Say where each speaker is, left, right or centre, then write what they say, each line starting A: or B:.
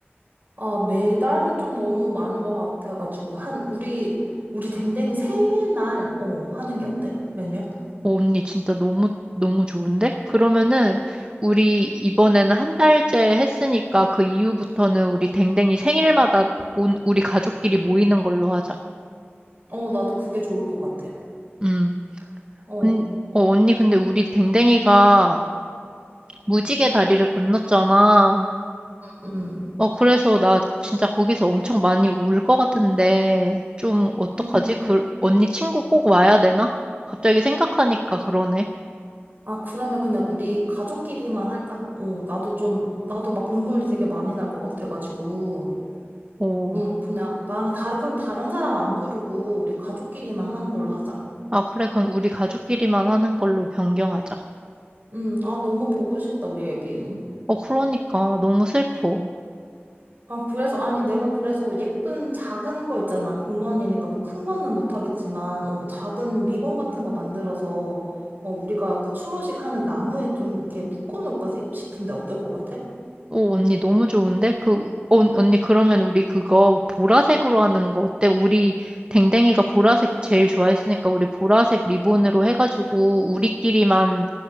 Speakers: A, on the right (about 45°); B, on the right (about 25°).
A: 아, 매달은 좀 너무 많은 것 같아가지고. 한, 우리, 우리 댕댕이 생일날, 어, 하는 게 어때? 매년?
B: 오, 언니 진짜 너무 너무 좋은데? 그러면은 우리 이번에는 한 달째 했으니까 그 이후부터는 우리 댕댕이 생일마다 온, 우리 가족끼리 모이는 걸로 하자.
A: 어, 나도 그게 좋을 것 같아.
B: 음.
A: 어,
B: 언- 어, 언니 근데 우리 댕댕이가 무지개 다리를 건넜잖아.
A: 음.
B: 어, 그래서 나 진짜 거기서 엄청 많이 울 것 같은데, 좀 어떡하지?
A: 음.
B: 그, 언니 친구 꼭 와야 되나? 갑자기 생각하니까 그러네.
A: 아, 그러면 그냥 우리 가족끼리만 할까? 어, 나도 좀, 나도 막 눈물이 되게 많이 날 것 같아가지고.
B: 오.
A: 응, 그냥 나는 다른, 그럼 다른 사람 안 부르고 우리 가족끼리만 하는 걸로 하자.
B: 아, 그래, 그럼 우리 가족끼리만 하는 걸로 변경하자.
A: 응, 아, 너무 보고 싶다, 우리 애기.
B: 어, 그러니까 너무 슬퍼.
A: 아, 그래서, 아니, 내가 그래서 예쁜 작은 거 있잖아. 공원이니까 뭐 큰 거는 못 하겠지만, 어, 작은 리본 같은 거 만들어서, 어, 우리가 그 추모식 하는 나무에 좀 이렇게 묶어놓을까 세- 싶은데 어떨 것 같아?
B: 오, 언니 너무 좋은데? 그, 어, 언니 그러면 우리 그거 보라색으로 하는 거 어때? 우리 댕댕이가 보라색 제일 좋아했으니까 우리 보라색 리본으로 해가지고 우리끼리만